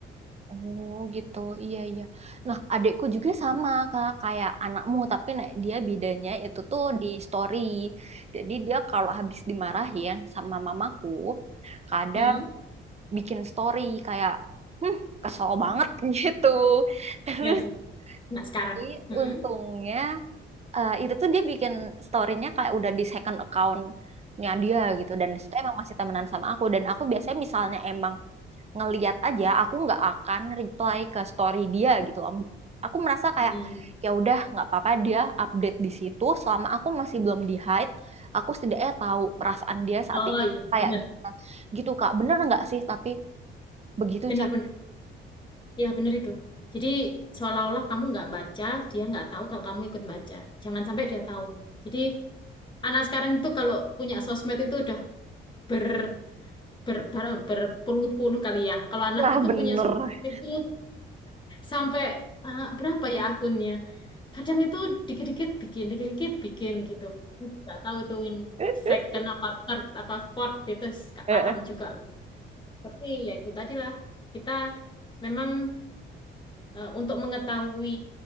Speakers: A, on the right; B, on the left.
A: Oh gitu, iya iya. Nah, adikku juga sama kak kayak anakmu, tapi nah, dia bedanya itu tuh di story. Jadi dia kalau habis dimarahin sama mamaku, kadang
B: Hmm,
A: bikin story kayak hmm kesel banget <laughs> gitu terus
B: ya sih. Nggak sekarang.
A: tapi
B: Hmm.
A: untungnya eh, itu tuh dia bikin storynya kayak udah di second accountnya dia gitu dan itu emang masih temenan sama aku dan aku biasanya misalnya emang ngeliat aja aku nggak akan reply ke story dia gitu om aku merasa kayak
B: Hmm.
A: ya udah nggak apa-apa dia update di situ selama aku masih belum di hide aku setidaknya tahu perasaan dia saat
B: Oh
A: ini
B: iya,
A: kayak
B: bener.
A: gimana gitu kak bener nggak sih tapi begitu
B: Bener, bener. Ya, bener itu. Jadi, seolah-olah kamu nggak baca, dia nggak tahu kalau kamu ikut baca. Jangan sampai dia tahu. Jadi, Anak sekarang itu kalau punya sosmed itu udah ber ber ber- berpuluh-puluh kali ya. Kalau anakku
A: Nah,
B: itu
A: bener.
B: punya sosmed itu sampai ah, berapa ya akunnya? Kadang itu dikit-dikit bikin, dikit-dikit bikin gitu. Nggak tahu tuh yang
A: <laughs>
B: second apa third apa fourth gitu, nggak
A: Heeh.
B: paham juga. Tapi ya itu tadilah kita memang eh, untuk mengetahui